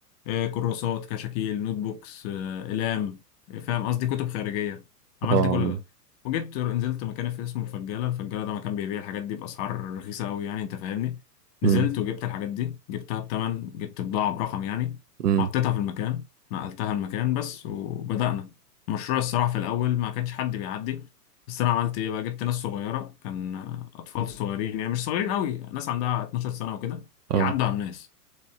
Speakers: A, on the left; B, on the right.
A: آه، كراسات كشاكيل نوت بوكس آه، اقلام آه، فاهم قصدي كتب خارجيه
B: اه
A: عملت كل ده وجبت نزلت مكان في اسمه الفجاله الفجاله ده مكان بيبيع الحاجات دي باسعار رخيصه قوي يعني انت فاهمني
B: امم
A: نزلت وجبت الحاجات دي جبتها بتمن جبت بضاعه برقم يعني
B: امم
A: حطيتها في المكان نقلتها المكان بس وبدأنا المشروع الصراحه في الاول ما كانش حد بيعدي بس انا عملت ايه بقى جبت ناس صغيره كان اطفال صغيرين يعني مش صغيرين قوي ناس عندها 12 سنه وكده
B: اه
A: يعدوا على الناس